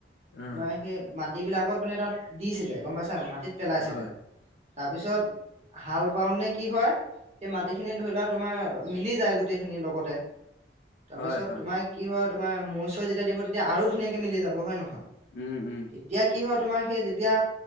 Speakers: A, on the left; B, on the right.
A: উম,
B: তাৰ সেই মাট বিলাকত মানে তাত দিছিলে গম পাইছা মাটি তিত পেলাইছিলে।
A: হয়,
B: তাৰপিছত হাল বউন নে কি হয়। সেই মাটিখিনি ধৰি লোৱা তোমাৰ মিলি যায়, গোটেইখিনি লগতে তাৰপিছত
A: হয়, হয়,
B: তোমাৰ কি হয়। তোমাৰ মৈ চৈ যেতিয়া দিব তেতিয়া আৰু ধুনীয়াকে মিলি যাব হয় নহয়। তেতিয়া
A: উম, উম,
B: কিহত তোমাৰ সেই যেতিয়া